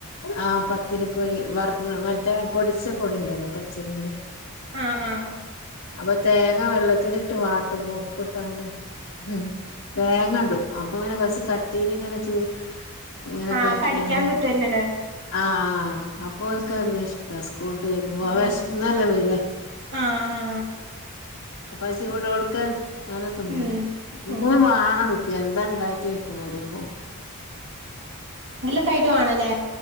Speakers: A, on the left; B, on the right.
A: ആഹ് പത്തിരിപ്പൊടി വറുത്തത് മറ്റേ പൊടിച്ച പൊടി ഉണ്ടല്ലോ പച്ചരിന്റെ
B: ആഹ് ആഹ്
A: അപ്പൊ തേങ്ങ വെള്ളത്തിട്ട് വാട്ടുമ്പോ ഉപ്പിട്ടാണ്ട്- ഉം തേങ്ങടും അപ്പൊ ഇങ്ങനെ കൊറച്ച് കട്ടിൽ ഇങ്ങനെ ചൂ ഇങ്ങനെ
B: ആ
A: പരത്തിയാണ്
B: കടിക്കാൻ കിട്ടുവല്ലോല്ലേ
A: ആഹ് ആ
B: ഉം
A: അപ്പൊ ഓൽക്ക് നല്ല ഇഷ്ടാ സ്കൂള് വിട്ട് വരുമ്പോ വെശന്നല്ലെ
B: ഉം
A: വരിക
B: ആ ആ
A: അപ്പാ ചൂടോടെ ക്ക <unintelligible> അങ്ങനെ തിന്നും
B: ഉം
A: എപ്പളും
B: ഉം
A: വാണം എന്താ ഉണ്ടാക്കി വക്കും വരുമ്പോ അ
B: യിട്ട് വാണല്ലേ?